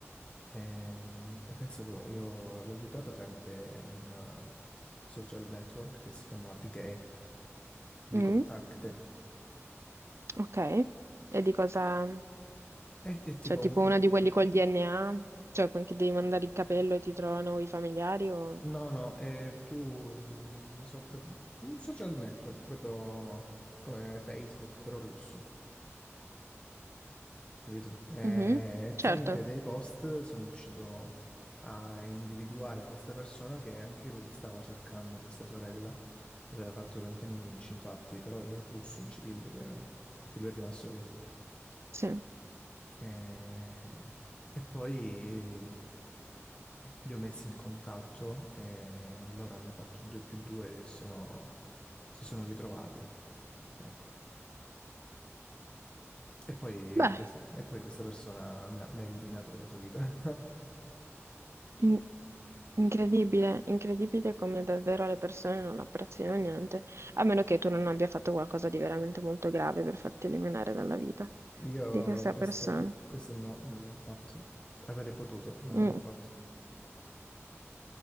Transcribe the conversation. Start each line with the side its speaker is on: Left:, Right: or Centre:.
Left: Ehm, E, pensa tu, io l'ho aiutata tramite un eh, social network che si chiama VK, Vkontakte.
Right: Mm, ok. E di cosa...
Left: È, è tipo
Right: Cioè, tipo
Left: un...
Right: uno di quelli col DNA? Cioè, quelli che devi mandare il capello e ti trovano i familiari o...
Left: No, no, è più una sorta... Un social network, proprio come Facebook, però russo. capito? Eh,
Right: Mhm,
Left: E tramite
Right: Certo,
Left: dei post sono riuscito a individuare questa persona che anche lui stava cercando questa sorella. Aveva fatto tanti annunci, infatti, però in russo, in cirillico erano, perché lui è rimasto lì.
Right: sì.
Left: E, e poi eh, li ho messi in contatto e loro hanno fatto 2 più 2 e si sono, si sono ritrovati. Ecco. E poi,
Right: Beh,
Left: questa, e poi questa persona mi ha, mi ha eliminato dalla sua vita. <laughs>
Right: in- incredibile, incredibile come davvero le persone non apprezzino niente, a meno che tu non abbia fatto qualcosa di veramente molto grave per farti eliminare dalla vita
Left: Io
Right: di questa
Left: questo,
Right: persona.
Left: questo no, non l'ho fatto. Avrei potuto, ma non
Right: Mm.
Left: l'ho fatto.